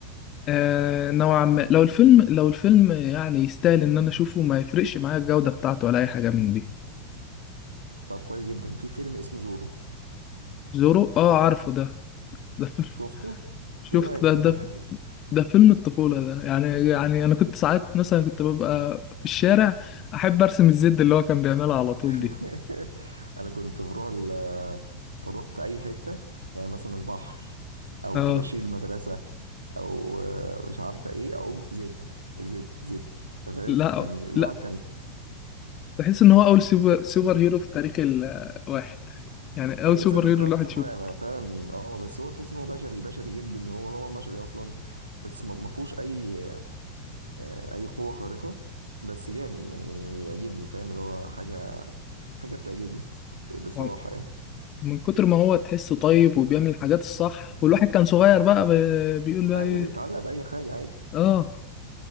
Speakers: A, on the left; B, on the right.
A: آه نوعا ما لو الفيلم لو الفيلم يعني يستاهل ان انا اشوفه ما يفرقش معايا الجودة بتاعته ولا اي حاجة من دي
B: طب كويس جدا في فيلم اسمه زورو
A: زورو اه عارفه ده ده فيلم
B: شفته
A: <laughs> شفت
B: ايه رايك
A: ده
B: فيه
A: ده
B: <laughs> في الحاجه
A: ده فيلم الطفولة ده يعني يعني انا كنت ساعات مثلا كنت ببقى في الشارع احب ارسم الزد اللي هو كان بيعملها على طول
B: <laughs>
A: دي
B: انا كنت بروح ال... بروح في اي حته يعني مثلا البحر او
A: اه
B: طباشير المدرسه او آه، مش عارفه ايه اقوم زد زد زد تمام
A: لا
B: كان الواحد
A: لا
B: كان
A: بحس ان هو اول سوبر سوبر هيرو في تاريخ الواحد يعني اول سوبر
B: تصدق
A: هيرو
B: فعلا
A: الواحد
B: والله
A: شوفه
B: انا فعلا اه بس هو تحس ان هو بشري بشري جدا هو طبعا بشري اصلا بس ما ما فيهوش اي آه، اي قوه خارقه بس جامد يعني يعجبني فاهم اللي هو حاجه حاجه بتعجبني بصراحه
A: هو
B: يعني
A: من كتر ما هو تحسه طيب وبيعمل الحاجات الصح والواحد كان صغير بقى ب- بيقول بقى
B: ايوه
A: ايه
B: بيتعلق باي حاجه عادي
A: اه